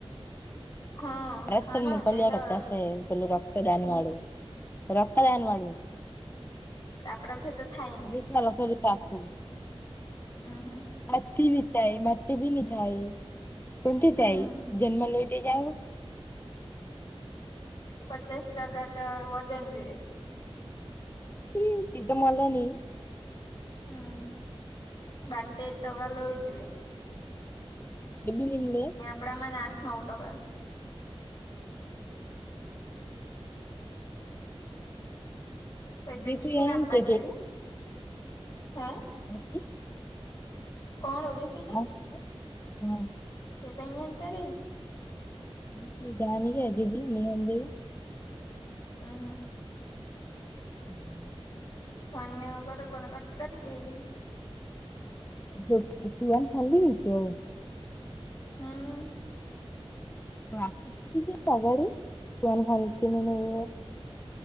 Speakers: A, on the left; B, on the left.
A: હા
B: <inaudible> રક્ત
A: હા ન તે તો
B: દાન વાળું રક્ત દાન વાળુ
A: આપડાથી તો થાય નઈ
B: <inaudible>
A: <inaudible>
B: <unintelligible>
A: હમ પચાસ ટકા તો વજન જોઈએ.
B: <inaudible> ઈ તો મલે નઈ
A: હમ્મ બાર તેર ટકા લોઈ જોવે.
B: <unintelligible>
A: કપડા માં આઠ નવ ટકા પહી એ તો
B: બીજું
A: ટીફિન આપવા
B: એમ કે
A: ગેલી હે
B: <unintelligible>
A: કોણ <unintelligible> કે
B: હા <unintelligible>
A: તે તો <unintelligible>
B: <inaudible>
A: હ હ
B: <inaudible>
A: <inaudible>
B: <unintelligible>
A: હા
B: <inaudible>